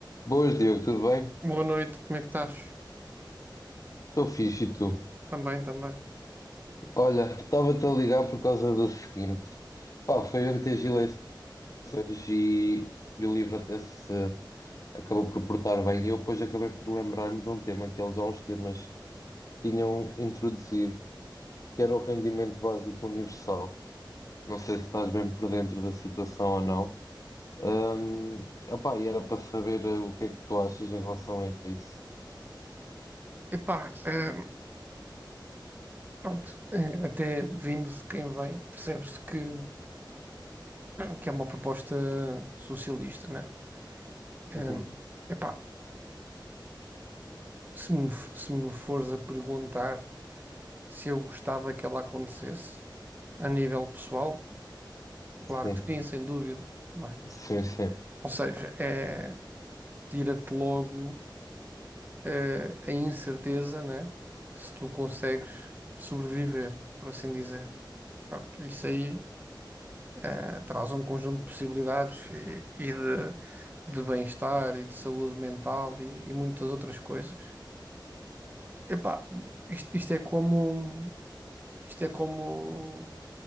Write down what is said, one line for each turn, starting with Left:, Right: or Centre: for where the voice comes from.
Left: Boas, Diogo, tudo bem?
Right: Boa noite, como é que estás?
Left: Estou fixe e tu?
Right: Também, também.
Left: Olha, estava-te a ligar por causa do seguinte. Pá, foi ontem as eleições e, e o livro até se acabou por portar bem. E eu depois acabei por lembrar-me de um tema que eles há uns temas tinham introduzido, que era o rendimento básico universal. Não sei se estás bem por dentro da situação ou não. Hum, opá, e era para saber eh, o que é que tu achas em relação a isso. <laughs>
Right: Epá, eh, pronto, eh, até vindo de quem vem, percebe-se que, que é uma proposta socialista, né? Eh,
Left: Uhum.
Right: epá, se me, f- se me fores a perguntar se eu gostava que ela acontecesse a nível pessoal, claro
Left: Sim,
Right: que sim, sem dúvida, não é?
Left: sim, sim.
Right: Ou seja, é, tira-te logo, eh, a incerteza, né? Se tu consegues sobreviver, por assim dizer. Pronto, isso aí eh, traz um conjunto de possibilidades e, e de, de bem-estar e de saúde mental e, e muitas outras coisas. Epá, isto, isto é como, isto é como